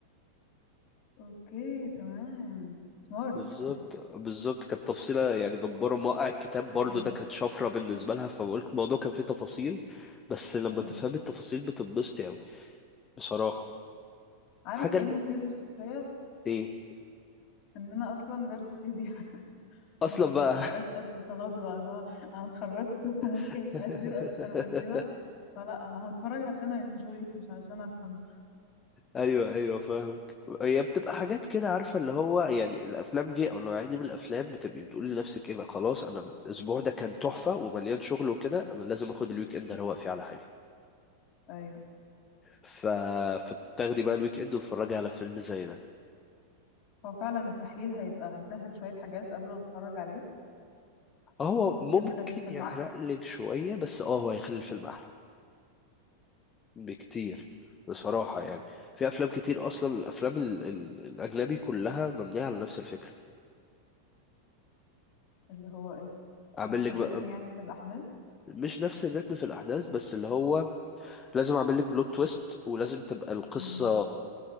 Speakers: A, on the left; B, on the left.
A: اوكي تمام سمارت
B: بالظبط بالظبط كانت تفصيلة يعني جبارة موقع الكتاب
A: <laughs> ايوه
B: برضو ده كانت شفرة بالنسبة لها فبقولك الموضوع كان فيه تفاصيل بس لما
A: ايوه
B: تفهم التفاصيل بتتبسطي أوي بصراحة
A: عارف
B: حاجة ال...
A: ايه المثير للسخرية
B: إيه
A: ان انا اصلا دارسة فيزياء <laughs> بس
B: أصلا بقى
A: ما ببقاش قادرة خلاص بقى لا انا اتخرجت <laughs> ومخي
B: <laughs>
A: مش قادر اكتر من كده فلا انا هتفرج عشان انجوي مش عشان افهم
B: أيوه أيوه فاهمك هي بتبقى حاجات كده عارفة اللي هو يعني الأفلام دي أو النوعية دي من الأفلام بتبقي بتقولي لنفسك إيه بقى خلاص أنا الأسبوع ده كان تحفة ومليان شغل وكده أنا لازم آخد الويك إند أروق فيه على حالي
A: ايوه
B: ف... فتاخدي بقى الويك إند وتتفرجي على فيلم زي ده
A: هو فعلا التحليل هيبقى هيسهل شوية حاجات قبل ما اتفرج عليه
B: هو
A: فممكن
B: ممكن
A: يخلي الفيلم
B: يحرق
A: احلى
B: لك شوية بس اه هو هيخلي الفيلم أحلى بكتير بصراحة يعني في أفلام كتير أصلا الأفلام ال ال الأجنبي كلها مبنية على نفس الفكرة
A: اللي هو ايه
B: أعمل
A: نفس
B: لك
A: الريتم
B: بقى
A: يعني في الاحداث
B: مش نفس الريتم في الأحداث بس اللي هو لازم أعمل لك بلوت تويست ولازم تبقى القصة
A: امم